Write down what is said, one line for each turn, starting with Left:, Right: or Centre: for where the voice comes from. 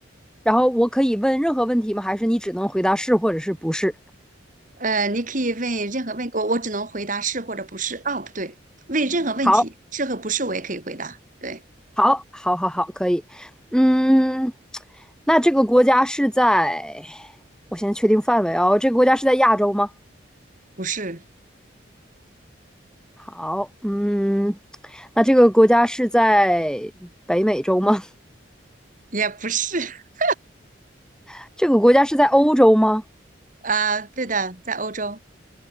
Centre: 然后我可以问任何问题吗？还是你只能回答是或者是不是？
Right: 呃，你可以问任何问，我我只能回答是或者不是。哦，不对，问任何问题，
Centre: 好，
Right: 是和不是我也可以回答。对，
Centre: 好，好，好，好，可以。嗯，那这个国家是在，我先确定范围哦。这个国家是在亚洲吗？
Right: 不是
Centre: 好，嗯，那这个国家是在北美洲吗？
Right: 也不是。<laughs>
Centre: <laughs> 这个国家是在欧洲吗？
Right: 啊、对的，在欧洲，